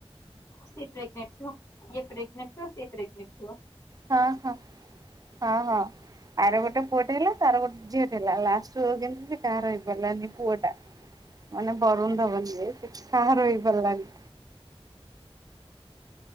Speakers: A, on the left (about 30°); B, on the right (about 35°).
A: ସେ ପ୍ରେଗନେଟେ ଥିବ ସେ ପ୍ରେଗନଟ ଥିବ।
B: ହଁ ହଁ ହଁ ହଁ। ଆର ଗୋଟେ ପୁଅଟେ ହେଲା ତାରଗୋଟେ ଝିଅ ଟେହେଲା ଲାଷ୍ଟ କୁଜେମିତି କାହାର ହେଇ ପାରିଲାନି। ପୁଅ ଟା ମାନେ ବରୁଣ ଧବନ ଯିଏ ସେ କାହାର ହେଇ ପାରିଲାନି।